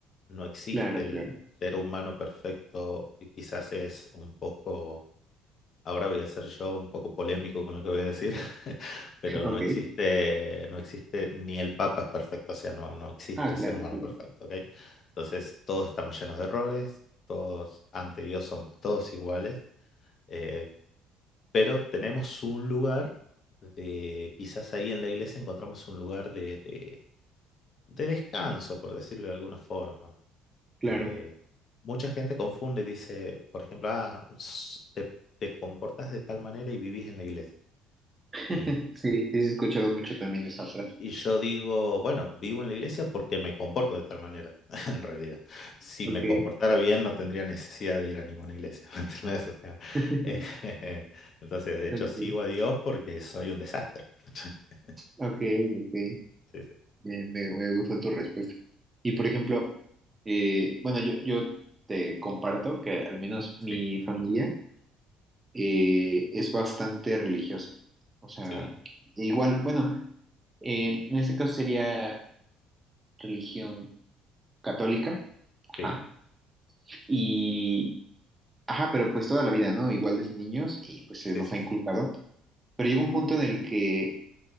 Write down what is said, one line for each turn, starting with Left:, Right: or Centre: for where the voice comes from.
Left: no existe
Right: claro,
Left: el
Right: claro,
Left: ser humano perfecto y quizás es un poco Ahora voy a ser yo un poco polémico con lo que voy a decir, <laughs> pero
Right: <laughs> ok.
Left: no existe, no existe, ni el Papa es perfecto, o sea, no, no existe
Right: Ah,
Left: el
Right: claro,
Left: ser humano
Right: claro,
Left: perfecto, ¿ok? Entonces, todos estamos llenos de errores, todos ante Dios somos todos iguales, eh, pero tenemos un lugar de, quizás ahí en la iglesia encontramos un lugar de, de- de descanso, por decirlo de alguna forma.
Right: claro.
Left: Eh, mucha gente confunde, y dice, por ejemplo, ah, s- te te comportas de tal manera y vivís en la iglesia.
Right: <laughs>
Left: Y,
Right: Sí, sí, he escuchado
Left: y-
Right: mucho también esa frase.
Left: y yo digo, bueno, vivo en la iglesia porque me comporto de tal manera, <laughs> en realidad. Si
Right: Ok,
Left: me comportara bien, no tendría necesidad de ir a ninguna iglesia, <laughs> ¿me entendés? O sea,
Right: <laughs>
Left: eh, <laughs> entonces, de hecho,
Right: ok,
Left: sigo a Dios porque soy un desastre. <laughs>
Right: ok, ok.
Left: Sí,
Right: Eh, me, me gusta tu respuesta. Y por ejemplo, eh, bueno, yo, yo te comparto que al menos mi
Left: sí,
Right: familia eh, es bastante religiosa. O sea,
Left: sí,
Right: igual, bueno, eh, en este caso sería religión católica.
Left: sí,
Right: Ajá. Y, ajá, pero pues toda la vida, ¿no? Igual desde niños y pues se
Left: sí,
Right: nos
Left: sí,
Right: ha inculcado.
Left: sí, sí.
Right: Pero llega un punto en el que